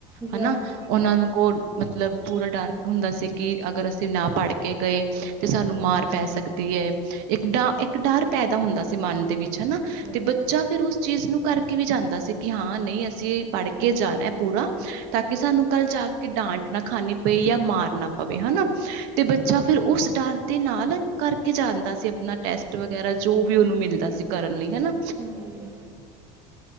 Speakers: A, on the right; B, on the right.
A: ਜੀ
B: ਹਨਾ।
A: ਹਾਂਜੀ
B: ਉਹਨਾਂ ਕੋਲ ਮਤਲਬ, ਪੂਰਾ ਡਰ ਹੁੰਦਾ ਸੀ। ਕਿ, ਅਗਰ ਅਸੀਂ ਨਾ ਪੜ੍ਹ ਕੇ ਗਏ ਤੇ ਸਾਨੂੰ ਮਾਰ, ਪੈ ਸਕਦੀ ਏ ਇੱਕ ਤਾਂ ਡਰ ਇੱਕ ਡਰ ਪੈਦਾ ਹੁੰਦਾ ਸੀ। ਮਨ ਦੇ ਵਿੱਚ ਹਨਾ,
A: ਹਾਂਜੀ
B: ਤੇ ਬੱਚਾ ਫਿਰ ਉਸ ਚੀਜ਼ ਨੂੰ ਕਰਕੇ ਵੀ, ਜਾਂਦਾ ਸੀ। ਕਿ ਅ ਜੇ ਪੜ੍ਹ ਕੇ ਜਾਣਾ ਪੂਰਾ, ਤਾਂ ਕਿ, ਸਾਨੂੰ ਕੱਲ ਜਾ ਕੇ ਡਾਂਟ ਨਾ ਖਾਣੀ ਬਈ ਆ ਮਾਰ ਨਾ ਪਵੇ ਹਨਾ।। ਤੇ, ਬੱਚਾ ਫਿਰ ਉਸ ਡਰ ਦੇ ਨਾਲ, ਕਰਕੇ ਜਾਂਦਾ ਸੀ ਆਪਣਾ ਟੈਸਟ ਵਗੈਰਾ, ਜੋ ਉਹਨੂੰ ਮਿਲਦਾ ਸੀ ਕਰਨ ਲਈ ਹਨਾ।
A: ਹਮ।